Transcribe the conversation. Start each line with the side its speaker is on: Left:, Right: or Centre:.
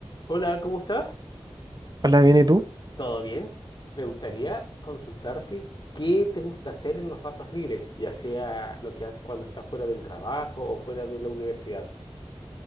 Left: Hola, ¿cómo estás?
Right: Hola, bien, ¿y tú?
Left: ¿Todo bien? Me gustaría consultarte qué te gusta hacer en los ratos libres, ya sea lo que haces cuando estás fuera del trabajo o fuera de la universidad.